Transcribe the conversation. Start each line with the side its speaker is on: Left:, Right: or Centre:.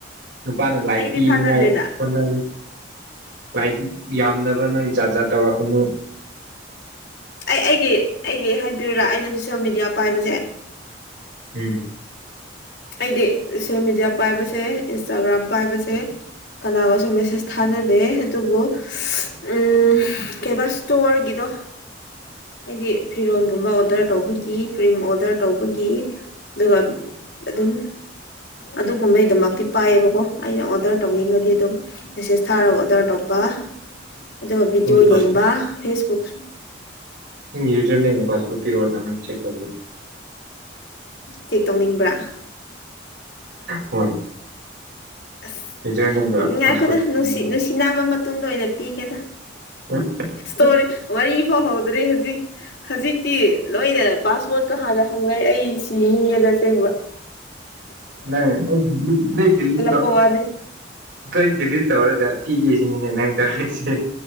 Right: ꯅꯨꯄꯥꯅ ꯂꯥꯏꯔꯤ
Left: ꯑꯩꯗꯤ
Right: ꯄꯤꯅꯤꯉꯥꯏ
Left: ꯊꯥꯅꯗꯦꯅ
Right: ꯍꯣꯠꯅ ꯂꯥꯏꯠ ꯌꯥꯝꯅꯕ ꯅꯣꯏ ꯖꯥꯠ ꯖꯥ ꯇꯧꯔꯛꯀꯅꯨ
Left: ꯑꯩ ꯑꯩꯒꯤ ꯑꯩꯒꯤ ꯍꯥꯏꯕꯤꯔꯨꯨꯔꯥ ꯑꯩꯅ ꯁꯣꯁꯦꯜ ꯃꯦꯗꯤꯌꯥ ꯄꯥꯏꯕꯁꯦ
Right: ꯎꯝ
Left: ꯑꯩꯗꯤ ꯁꯣꯁꯦꯜ ꯃꯦꯗꯤꯌꯥ ꯄꯥꯏꯕꯁꯦ ꯏꯟꯁꯇꯥꯒ꯭ꯔꯥꯝ ꯄꯥꯏꯕꯁꯦ ꯀꯅꯥꯒꯁꯨ ꯃꯦꯁꯦꯁ ꯊꯥꯅꯗꯦ ꯑꯗꯨꯕꯨ ꯎꯝ ꯀꯩꯕꯥ ꯏꯁꯇꯣꯔꯒꯤꯗꯣ
Right: <inaudible>
Left: ꯍꯥꯏꯗꯤ ꯐꯤꯔꯣꯜꯒꯨꯝꯕ ꯑꯣꯗꯔ ꯇꯧꯕꯒꯤ ꯀ꯭ꯔꯤꯝ ꯑꯣꯗꯔ ꯇꯧꯕꯒꯤ ꯑꯗꯨꯒ ꯑꯗꯨꯝ ꯑꯗꯨꯒꯨꯝꯕꯩꯗꯃꯛꯇꯤ ꯄꯥꯏꯌꯦꯕꯀꯣ ꯑꯩꯅ ꯑꯣꯗꯔ ꯇꯧꯅꯤꯡꯉꯗꯤ ꯑꯗꯨꯝ ꯃꯦꯁꯦꯖ ꯊꯥꯔꯒ ꯑꯣꯔꯗꯔ ꯇꯧꯕ
Right: <inaudible>
Left: ꯑꯗꯨꯒ ꯚꯤꯗꯤꯑꯣ
Right: ꯅꯪꯒꯤ ꯄꯥꯁꯋꯥꯔꯗ
Left: ꯌꯦꯡꯕ ꯐꯦꯁꯕꯨꯛ
Right: ꯅꯪꯒꯤ ꯌꯨꯖꯔ ꯅꯦꯝꯒ ꯄꯥꯁꯋꯥꯔꯗ ꯄꯤꯔꯛꯑꯣꯅꯦ ꯑꯃꯨꯛ ꯆꯦꯛ ꯇꯧꯒꯦꯅꯦ
Left: ꯆꯦꯛ ꯇꯧꯅꯤꯡꯕ꯭ꯔꯥ
Right: ꯍꯣꯏ
Left: ꯑꯁ
Right: ꯌꯨꯖꯔ ꯅꯦꯝꯒ
Left: ꯉꯥꯏꯈꯣꯗ
Right: ꯄꯥꯁꯋꯥꯔꯗ
Left: ꯅꯨꯡꯁꯤꯠ ꯅꯨꯡꯁꯤ ꯅꯥꯕ ꯃꯇꯨꯡꯗ ꯑꯣꯏꯅ ꯄꯤꯒꯦꯗ
Right: ꯎ
Left: ꯇꯣꯔꯤ ꯋꯥꯔꯤ ꯐꯥꯎꯍꯧꯗ꯭ꯔꯦ ꯍꯧꯖꯤꯛ ꯍꯧꯖꯤꯛꯇꯤ ꯂꯣꯏꯅ ꯄꯥꯁ ꯄꯣꯠ ꯀꯥꯗ ꯍꯪꯅꯩ ꯑꯩ ꯁꯤ ꯅꯤꯡꯉꯦꯅꯆꯦꯡꯕ
Right: ꯅ ꯅ
Left: ꯄꯋꯥꯅꯤꯦ
Right: ꯑꯩꯈꯣꯏ ꯗꯤꯂꯤꯠ ꯇꯧꯔꯒ ꯄꯤꯒꯦꯁꯤꯅꯤꯅꯦ ꯅꯪ ꯇꯧꯔꯛꯁꯦ